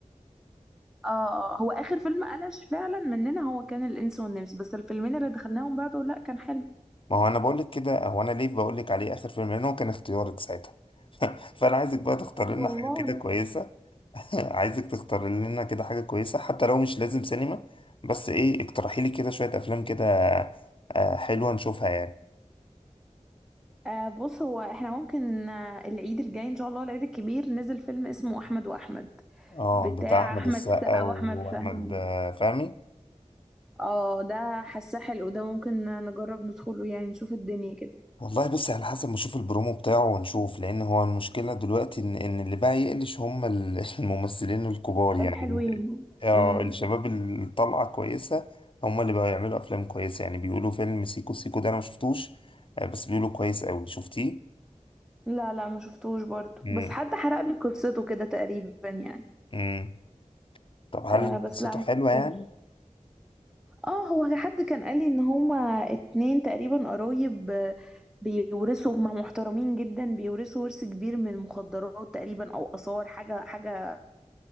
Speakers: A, in the centre; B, on the left (about 45°).
A: اه اه هو اخر فيلم قلش فعلا مننا هو كان الانس والنمس بس الفيلمين اللي دخلناهم بعده لا كان حلو
B: ما هو انا بقول لك كده هو انا ليه بقول لك عليه اخر فيلم لان هو كان اختيارك ساعتها <laughs> فانا عايزك بقى تختار لنا
A: والله
B: حاجه كده كويسه <laughs> عايزك تختار لنا كده حاجه كويسه حتى لو مش لازم سينما بس ايه اقترحي لي كده شويه افلام كده آه، حلوه نشوفها يعني
A: آه بص هو احنا ممكن آه العيد الجاي ان شاء الله العيد الكبير نزل فيلم اسمه احمد واحمد
B: اه
A: بتاع
B: بتاع احمد
A: احمد
B: السقا
A: السقا واحمد
B: واحمد
A: فهمي
B: آه، فهمي
A: اه ده حاساه حلو ده ممكن نجرب ندخله يعني نشوف الدنيا كده
B: والله بص على حسب ما اشوف البرومو بتاعه ونشوف لان هو المشكله دلوقتي ان ان اللي بقى يقلش هم ال- <laughs> الممثلين الكبار يعني
A: الحلوين
B: ال- اه
A: امم
B: الشباب اللي طالعه كويسه هم اللي بقوا يعملوا افلام كويسه يعني بيقولوا فيلم سيكو سيكو ده انا ما شفتوش آه، بس بيقولوا كويس قوي شفتيه
A: لا لا ما شفتوش برضو
B: امم
A: بس حد حرق لي قصته كده تقريبا يعني
B: امم طب هل
A: آه بس
B: قصته
A: لا ما
B: حلوه
A: شفتوش
B: يعني
A: اه هو حد كان قال لي ان هما اتنين تقريبا قرايب آه، بيورثوا هما محترمين جدا بيورثوا ورث كبير من المخدرات تقريبا او اثار حاجه حاجه